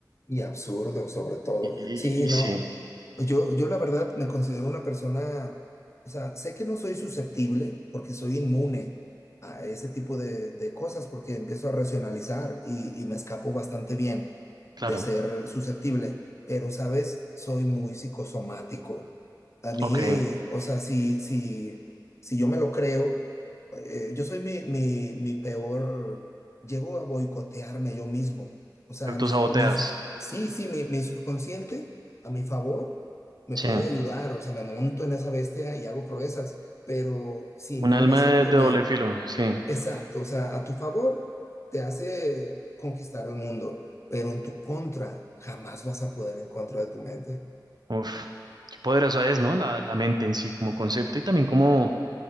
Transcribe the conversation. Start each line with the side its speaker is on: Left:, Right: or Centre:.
Left: Y absurdo, sobre todo.
Right: Y, y,
Left: Sí,
Right: y
Left: no.
Right: sí,
Left: Yo, yo la verdad me considero una persona, o sea, sé que no soy susceptible porque soy inmune a ese tipo de, de cosas porque empiezo a racionalizar y, y me escapo bastante bien
Right: claro,
Left: de ser susceptible, pero, ¿sabes? Soy muy psicosomático. A mí,
Right: ok,
Left: o sea, si, si, si yo me lo creo, eh, yo soy mi, mi, mi peor, llego a boicotearme yo mismo. O sea,
Right: te autosaboteas.
Left: mi, mi, Sí, sí, mi, mi subconsciente a mi favor me
Right: Sí.
Left: puede ayudar, o sea, me monto en esa bestia y hago proezas, pero si
Right: Un
Left: no
Right: alma
Left: me siento
Right: de, de
Left: bien,
Right: doble filo, sí.
Left: exacto, o sea, a tu favor te hace conquistar el mundo, pero en tu contra jamás vas a poder en contra de tu mente.
Right: Uf, qué poderosa es, ¿no? La, la mente en sí, como concepto y también como...